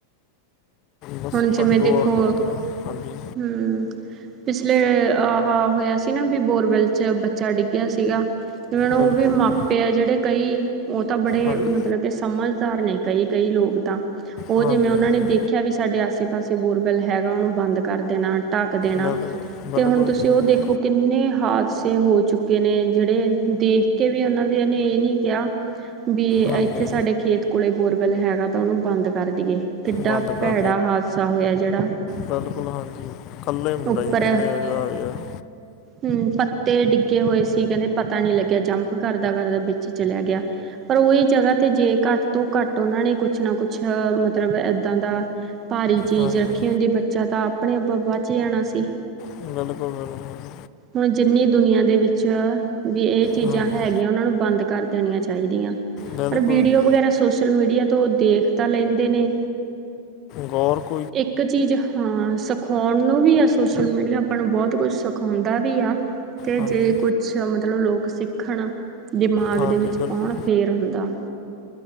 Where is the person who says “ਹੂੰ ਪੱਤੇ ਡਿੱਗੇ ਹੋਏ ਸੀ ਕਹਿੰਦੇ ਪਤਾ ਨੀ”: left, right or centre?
Right